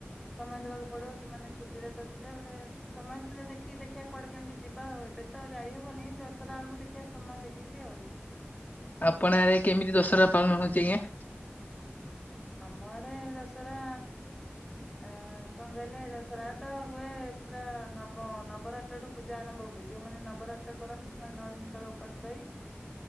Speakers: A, in the centre; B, on the left.
A: ସମୟ ଦେବାକୁ ପଡିବ ସେମାନେ ଛୁଟିରେ ତ ଥିଲେ ବୋଲେ ସମୟ ସୁବିଧା ଦେଖିକି ଦେଖିବା କୁଆଡେ କେମିତି ଯିବା ଆଉ ଏବେ ତ ଯାଇହବନି ଦଶରା ବେଳକୁ ଦେଖିବା ସମୟ ଦେଖିକି ଆଉ।
B: ଆପଣ ରେ କେମିତି ଦଶହରା ପାଳନ ହଉଛି ଆଜ୍ଞା?
A: ଆମ ଆଡେ ଦସରା ଅ କଣ କହିଲେ ଦଶରା ତ ହୁଏ ପୁରା ନବ ନବରାତ୍ରଠୁ। ପୂଜା ଆରମ୍ଭ ହୁଏ ଯୋଉମାନେ ନବରାତ୍ର କରନ୍ତି ସେମାନେ ନଅ ଦିନ କାଳ ଉପାସ ରହି